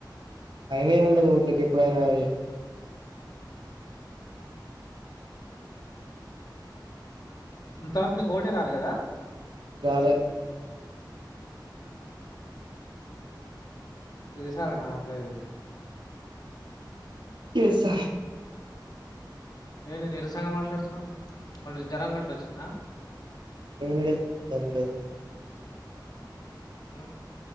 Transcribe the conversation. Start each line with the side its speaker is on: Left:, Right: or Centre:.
Right: టైమేం ఉండదు ఓట్లక్ ఎప్పుడైనా ఎ
Left: ఇంతవరక్ నీక్ ఓటే రాలె గదా
Right: రాలె
Left: ఆ హ
Right: ఉ
Left: విసారేనా అప్లది
Right: ఎస్సా
Left: ఏంది నిరసంగ మాట్లాడుతున్నవ్ మళ్ళీ జరం గట్లోచ్చిందా
Right: అదేం లేద్ దెం లేదు
Left: అ